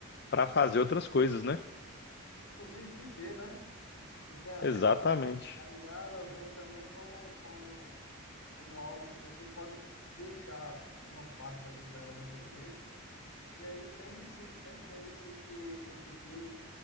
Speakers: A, on the left (about 50°); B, on the left (about 80°).
A: para fazer outras coisas, né?
B: Inclusive viver, né? Porque a
A: Exatamente.
B: a IA ela vem também como, como, como algo que você pode deixar uma parte ali para ela resolver. E aí tende-se, né? Tende-se que no futuro